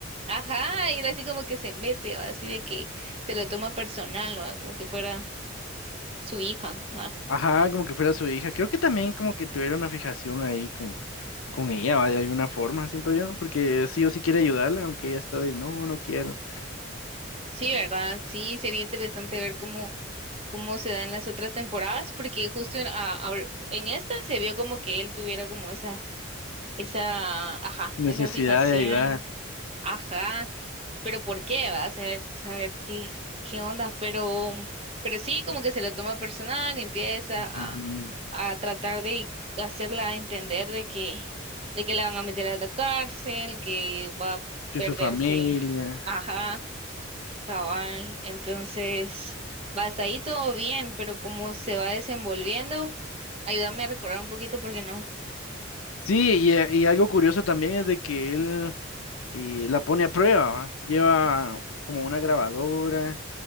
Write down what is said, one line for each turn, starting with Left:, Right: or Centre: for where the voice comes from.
Right: ajá, y él así como que se mete, ¿va? Así de que se lo toma personal, ¿va? Como que fuera su hija, ¿va?
Left: Ajá, como que fuera su hija. Creo que también como que tuviera una fijación ahí con, con ella, ¿va? De alguna forma, siento yo, porque sí o sí quiere ayudarla, aunque ella está de, no, no quiero.
Right: Sí, ¿verdad? Sí, sería interesante ver cómo Cómo se da en las otras temporadas, porque justo en, a- ahor- en esta se vio como que él tuviera como esa, esa, ajá,
Left: Necesidad
Right: esa fijación,
Left: de ayudar.
Right: ajá, pero ¿por qué? Va a saber, saber qué, qué onda, pero, pero sí, como que se lo toma personal y empieza
Left: Ujú,
Right: a, a tratar de hacerla entender de que, de que la van a meter a la cárcel, que va a
Left: Que
Right: perderse,
Left: su familia.
Right: ajá. Cabal, entonces, va hasta ahí todo bien, pero cómo se va desenvolviendo, ayúdame a recordar un poquito porque no.
Left: Sí, y, eh, y algo curioso también es de que él eh, la pone a prueba, ¿va? Lleva como una grabadora